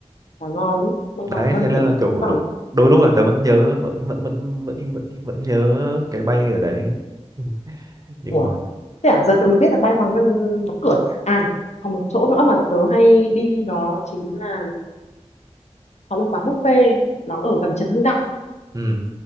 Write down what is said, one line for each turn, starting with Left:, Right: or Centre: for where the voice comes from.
Left: là ngon ấy bay hoàng
Right: đấy
Left: ngân
Right: thế nên
Left: tưởng
Right: là
Left: nó
Right: kiểu
Left: vẫn còn
Right: đôi, đôi lúc là tớ vẫn nhớ vẫn vẫn vẫn vẫn vẫn vẫn nhớ cái bay ở đấy Ừ, nhưng
Left: ủa
Right: mà
Left: thế à giờ tớ mới biết là bay hoàng ngân đóng cửa à còn một chỗ nữa mà bọn tớ hay đi đó chính là có một quán buffet nó ở gần Trần Hưng Đạo
Right: ừ.